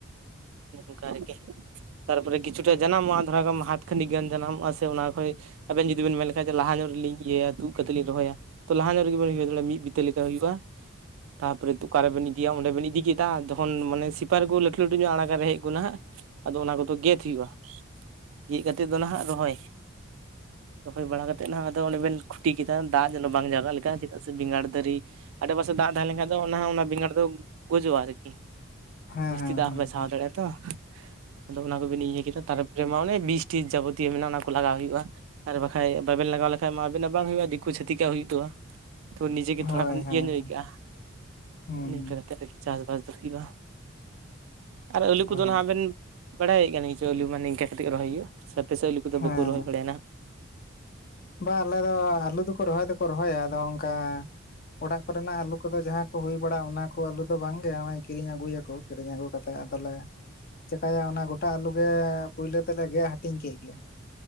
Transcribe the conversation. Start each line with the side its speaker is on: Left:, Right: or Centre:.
Right: ᱱᱚᱝᱠᱟ ᱟᱨᱠᱤ᱾ ᱛᱟᱨᱯᱚᱨᱮ ᱠᱤᱪᱷᱩᱴᱟ ᱡᱟᱱᱟᱢᱚᱜᱼᱟ ᱛᱷᱚᱨᱟ ᱜᱟᱱ ᱦᱟᱛ ᱠᱷᱟᱹᱱᱤᱠ ᱜᱟᱱ ᱡᱟᱱᱟᱢᱚᱜᱼᱟ ᱥᱮ ᱚᱱᱟ ᱠᱷᱚᱡ ᱟᱵᱮᱱ ᱡᱩᱫᱤ ᱵᱮᱱ ᱢᱮᱱ ᱞᱟᱦᱟ ᱧᱚᱜ ᱨᱮᱞᱤᱧ ᱤᱭᱟᱹᱭᱟ ᱛᱩᱫ ᱠᱟᱛᱮ ᱞᱤᱧ ᱨᱚᱦᱚᱭᱟ ᱛᱚ ᱞᱟᱦᱟ ᱧᱚᱜ ᱨᱮᱜᱮ ᱵᱤᱱ ᱤᱭᱟᱹ ᱫᱟᱲᱮᱭᱟᱜ ᱢᱤᱫ᱾ <unintelligible> <unintelligible> ᱞᱮᱠᱟ ᱦᱩᱭᱩᱜᱼᱟ ᱛᱟᱯᱚᱨᱮ ᱛᱚᱠᱟ ᱨᱮᱵᱮᱱ ᱤᱫᱤᱭᱟ ᱚᱸᱰᱮ ᱵᱤᱱ ᱤᱫᱤ ᱠᱮᱫᱟ ᱛᱚᱠᱷᱚᱱ ᱢᱟᱱᱮ ᱥᱤᱯᱟᱹᱨ ᱠᱚ ᱞᱟᱹᱴᱩ ᱞᱟᱹᱴᱩ ᱧᱚᱜ ᱟᱲᱟᱜᱟ ᱨᱮᱦᱮᱜ ᱠᱚ ᱱᱟᱦᱟᱜ ᱟᱫᱚ ᱚᱱᱟ ᱠᱚᱫᱚ ᱜᱮᱫ ᱦᱩᱭᱩᱜᱼᱟ ᱜᱮᱫ ᱠᱟᱛᱮ ᱫᱚ ᱱᱟᱦᱟᱜ ᱨᱚᱦᱚᱭ ᱦᱩᱭ ᱵᱟᱲᱟ ᱠᱟᱛᱮᱫ ᱱᱟᱦᱟᱜ ᱟᱫᱚ ᱚᱸᱰᱮ ᱵᱮᱱ ᱠᱷᱩᱴᱤ ᱠᱮᱫᱟ ᱫᱟᱜ ᱡᱮᱱᱚ ᱵᱟᱝ ᱡᱟᱣᱨᱟᱜ ᱞᱮᱠᱟ ᱪᱮᱫᱟᱜ ᱥᱮ ᱵᱮᱸᱜᱟᱲ ᱫᱟᱨᱮ ᱟᱰᱮᱯᱟᱥᱮ ᱫᱟᱜ ᱛᱟᱦᱮᱸ ᱞᱮᱱᱠᱷᱟᱱ ᱫᱚ ᱚᱱᱟ ᱦᱚᱸ ᱚᱱᱟ ᱵᱮᱸᱜᱟᱲ ᱫᱚ ᱜᱩᱡᱚᱜᱼᱟ ᱟᱨᱠᱤ᱾
Left: ᱦᱮᱸ
Right: ᱡᱟᱹᱥᱛᱤ ᱫᱟᱜ ᱦᱚᱸ ᱵᱟᱭ ᱥᱟᱦᱟᱣ
Left: ᱦᱮᱸ ᱦᱮᱸ
Right: ᱫᱟᱲᱮᱭᱟᱜᱲ-ᱟ ᱛᱚ ᱟᱫᱚ ᱚᱱᱟ ᱠᱚᱜᱮ ᱵᱤᱱ ᱤᱭᱟᱹ ᱠᱮᱫᱟ᱾ ᱛᱟᱨᱯᱚᱨᱮ ᱢᱟ ᱚᱱᱮ ᱵᱤᱥ ᱴᱤᱥ ᱡᱟᱵᱚᱛᱤᱭᱚ ᱢᱮᱱᱟᱜᱼᱟ ᱚᱱᱟ ᱠᱚ ᱞᱟᱜᱟᱣ ᱦᱩᱭᱩᱜ-ᱟ᱾ <unintelligible> ᱵᱟᱵᱮᱱ ᱞᱟᱜᱟᱣ ᱞᱮᱠᱷᱟᱱ ᱢᱟ ᱟᱵᱤᱱᱟᱜ ᱵᱟᱝ ᱦᱩᱭᱩᱜᱼᱟ ᱫᱤᱠᱩ ᱪᱷᱟᱹᱛᱤᱠ ᱟᱜ ᱦᱩᱭᱩᱜ ᱛᱚᱜᱼᱟ ᱛᱚ ᱱᱤᱡᱮᱜᱮ
Left: ᱦᱳᱭ
Right: ᱛᱷᱚᱲᱟ ᱜᱟᱱ
Left: ᱦᱳᱭ
Right: ᱤᱭᱟᱹ ᱧᱚᱜ ᱟᱹᱭᱠᱟᱹᱜᱼᱟ
Left: ᱦᱮᱸ
Right: ᱱᱤᱝᱠᱟᱹ ᱠᱟᱛᱮᱫ ᱟᱨᱠᱤ᱾ ᱪᱟᱹᱥᱵᱟᱥ ᱫᱚ ᱦᱩᱭᱩᱜᱼᱟ ᱟᱨ ᱟᱹᱞᱩ
Left: ᱚ
Right: ᱠᱚᱫᱚ ᱱᱟᱜ ᱵᱮᱱ᱾ ᱵᱟᱲᱟᱭᱮᱜ ᱠᱟᱱ ᱪᱚ ᱟᱞᱩ ᱢᱟᱱᱮ ᱱᱤᱝᱠᱟ ᱠᱟᱛᱮ ᱨᱚᱦᱚᱭ ᱦᱩᱭᱩᱜᱼᱟ ᱥᱮ ᱟᱯᱮᱥᱮᱫ ᱟᱞᱩ ᱠᱚᱫᱚ
Left: ᱦᱮᱸ
Right: ᱵᱟᱠᱚ ᱨᱚᱦᱚᱭ ᱵᱟᱲᱟᱭᱟ ᱱᱟᱜ
Left: ᱵᱟ ᱟᱞᱮ ᱫᱚ ᱟᱞᱩ ᱫᱚᱠᱚ ᱨᱚᱦᱚᱭ ᱫᱚᱠᱚ ᱨᱚᱦᱚᱭᱟ ᱟᱫᱚ ᱚᱱᱠᱟ ᱚᱲᱟᱜ ᱠᱚᱨᱮᱱᱟᱜ ᱟᱞᱩ ᱠᱚᱫᱚ ᱡᱟᱦᱟᱸ ᱠᱚ ᱦᱩᱭ ᱵᱟᱲᱟᱜ ᱚᱱᱟ ᱠᱚ ᱟᱞᱩ ᱫᱚ ᱵᱟᱝ ᱜᱮ ᱱᱚᱜᱼᱚᱭ ᱠᱤᱨᱤᱧ ᱟᱹᱜᱩᱭᱟ ᱠᱚ᱾ ᱠᱤᱨᱤᱧ ᱟᱹᱜᱩ ᱠᱟᱛᱮᱜ ᱟᱫᱚᱞᱮ ᱪᱮᱠᱟᱭᱟ ᱚᱱᱟ ᱜᱚᱴᱟ ᱟᱞᱩ ᱜᱮ ᱯᱩᱭᱞᱳ ᱛᱮᱞᱮ ᱜᱮᱫ ᱦᱟᱹᱴᱤᱧ ᱠᱮᱫ ᱜᱮ ᱾